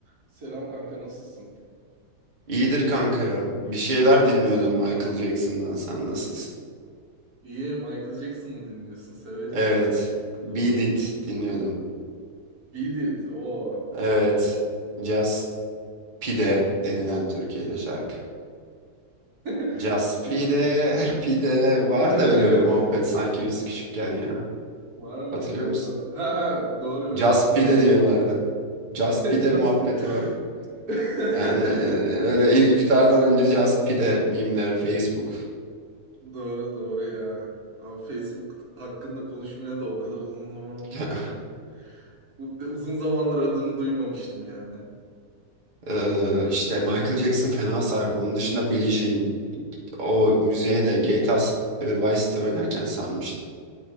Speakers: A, on the right; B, on the right.
A: Selam kanka nasılsın?
B: İyidir kanka ya. Bir şeyler dinliyordum Michael Jackson'dan. Sen nasılsın?
A: İyi Michael Jackson mı dinliyorsun? Severiz
B: Evet.
A: ya.
B: Beat It dinliyordum.
A: Beat It. o.
B: Evet. Just Pide denilen Türkiye'de şarkı.
A: <laughs>
B: Just Pide,
A: Türkiye.
B: <laughs> Pide. Var
A: <laughs>
B: da öyle bir muhabbet sanki biz küçükken ya.
A: Var mıydı?
B: Hatırlıyor musun?
A: Çok... <laughs> Ha, ha, doğru biraz
B: Just
A: şimdi
B: Pide
A: anımsadım.
B: diyorlardı. Just
A: <laughs> Just
B: Pide muhabbeti
A: Beat.
B: var.
A: <laughs>
B: Yani e, öyle i- iftardan önce Just Pide mimleri Facebook.
A: Doğru doğru ya. Abi Facebook hakkında konuşmaya da o kadar uzun zaman oldu
B: <laughs>
A: ki yani. U- Uzun zamandır adını duymamıştım yani.
B: Ee, işte Michael Jackson fena sardı. Onun dışında Billie Jean.
A: Hı.
B: O müziğe de GTA s- e, Vice City oynarken sarmıştım.